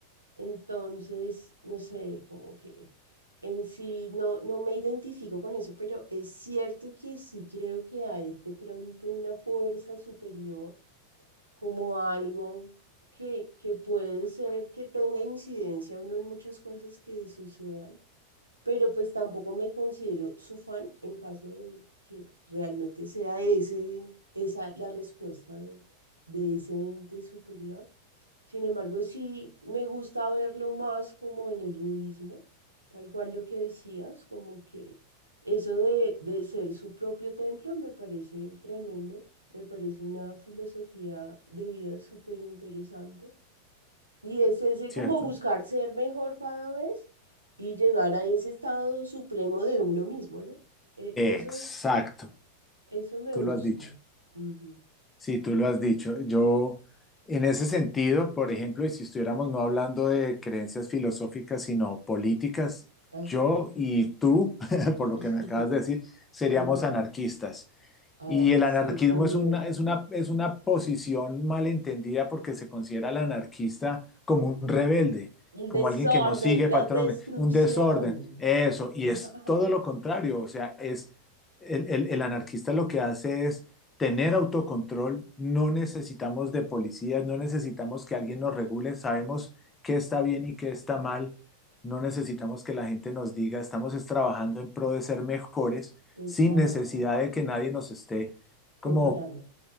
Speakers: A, on the right; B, on the left.
A: Entonces, no sé, como que en sí no, no me identifico con eso, pero es cierto que sí creo que hay de pronto una fuerza superior, como algo que, que puede ser que tenga incidencia o no en muchas cosas que sucedan, pero pues tampoco me considero su fan en caso de que realmente sea ese, esa la respuesta de, de ese ente superior. Sin embargo, sí me gusta verlo más como en el budismo, tal cual lo que decías, como que eso de, de ser su propio templo me parece tremendo, me parece una filosofía de vida súper interesante. Y es ese
B: ¿cierto?
A: como buscar ser mejor cada vez y llegar a ese estado supremo de uno mismo, ¿no? E- eso,
B: Exacto,
A: eso me
B: tú
A: gusta.
B: lo has dicho.
A: Ujú.
B: Sí, tú lo has dicho. Yo, en ese sentido, por ejemplo, y si estuviéramos no hablando de creencias filosóficas, sino políticas,
A: Ajá.
B: yo y tú, <laughs> por lo
A: <laughs>
B: que me acabas de decir, seríamos
A: Ujú.
B: anarquistas.
A: Ah,
B: Y el
A: sí,
B: anarquismo
A: también.
B: es una, es una, es una posición malentendida porque se considera al anarquista como un rebelde,
A: El
B: como
A: desorden,
B: alguien que no sigue patrones,
A: la destrucción.
B: un desorden, eso.
A: <laughs>
B: Y es todo lo contrario, o sea, es el, el- el anarquista lo que hace es tener autocontrol, no necesitamos de policías, no necesitamos que alguien nos regule, sabemos qué está bien y qué está mal, no necesitamos que la gente nos diga, estamos es trabajando en pro de ser mejores
A: Total.
B: sin necesidad de que nadie nos esté como
A: Controlando.